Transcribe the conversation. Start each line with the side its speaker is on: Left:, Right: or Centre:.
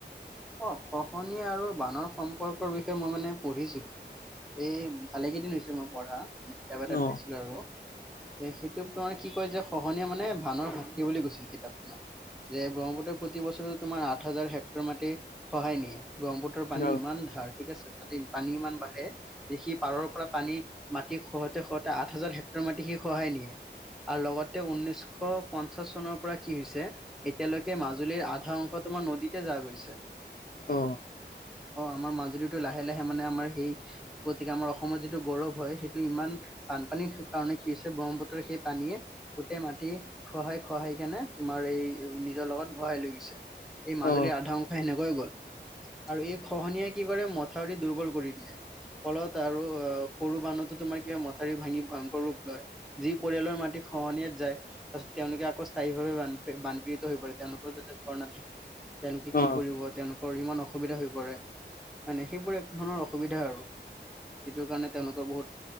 Centre: অ খহনীয়া আৰু বানৰ সম্পৰ্কৰ বিষয়ে মই মানে পঢ়িছিলো। এই ভালে কেইদিন হৈছে মই পঢ়া। মানে কিতাপ এটাত
Left: অ
Centre: পাইছিলো আৰু সেইটোক তোমাৰ কি কয় যে খহনীয়া মানে বানৰ ভাতৃ বুলি কৈছিল কিতাপখনত। যে ব্ৰহ্মপুত্ৰই প্ৰতি বছৰে তোমাৰ আঠ হাজাৰ হেক্টৰ মাটি খহায় নিয়ে। ব্ৰহ্মপুত্ৰৰ পানী
Left: অ
Centre: ইমান ধাৰ। ঠিক আছে, তাতে পানী ইমান বাঢ়ে, দে সি পাৰৰ পৰা পানী মাটি খহতে খহতে আঠ হাজাৰ হেক্টৰ মাটি সি খহায় নিয়ে। আৰু লগতে উনৈশ পঞ্চাশ চনৰ পৰা কি হৈছে এতিয়ালৈকে মাজুলীৰ আধা অংশত তোমাৰ নদীতে যা গৈছে।
Left: অ।
Centre: অ আমাৰ মাজুলীটো লাহে লাহে মানে আমাৰ সেই প্ৰতীক, আমাৰ অসমৰ যিটো গৌৰৱ হয় সেইটো ইমান বানপানীৰ কাৰণে কি হৈছে ব্ৰহ্মপুত্ৰৰ সেই পানীয়ে, গোটেই মাটি খহাই-খহাই কেনে তোমাৰ নিজৰ লগত ভৰাই লৈ গৈছে, এই
Left: অ
Centre: মাজুলীৰ আধা অংশ সেনেকুৱা। হৈ গল আৰু এই খহনিয়ে কি কৰে মথাউৰি দুৰ্বল কৰি দিয়ে। ফলত আৰু অ সৰু বান্ধতো তোমাৰ কিবা মথাউৰি ভাঙি ভয়ংকৰ ৰূপ লয়, যি পৰিয়ালৰ মাটি খহনিয়াত যায় তেওঁলোকে আকৌ স্থায়ী ভাৱে বান বানপীড়িত হৈ পৰে। তেওঁলোকৰ তাতে ঘৰ নাথাকে, তেওঁলোকে
Left: অ
Centre: কি
Left: অ
Centre: কৰিব তেওঁলোকৰ ইমান অসুবিধা হৈ পৰে। মানে সেইবোৰ এক ধৰণৰ অসুবিধা আৰু। সেইটো কাৰণে তেওঁলোকৰ বহুত,